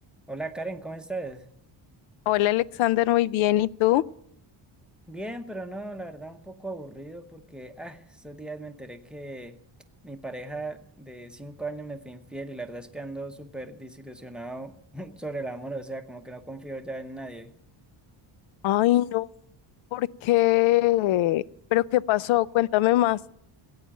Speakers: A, in the centre; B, on the left (about 80°).
A: Hola Karen, ¿cómo estás?
B: Hola Alexander, muy bien. ¿Y tú?
A: Bien, pero no, la verdad un poco aburrido porque ah, estos días me enteré que mi pareja de cinco años me fue infiel y la verdad es que ando súper desilusionado <laughs> sobre el amor, o sea, como que no confío ya en nadie.
B: Ay, no, ¿por qué? ¿Pero qué pasó? Cuéntame más,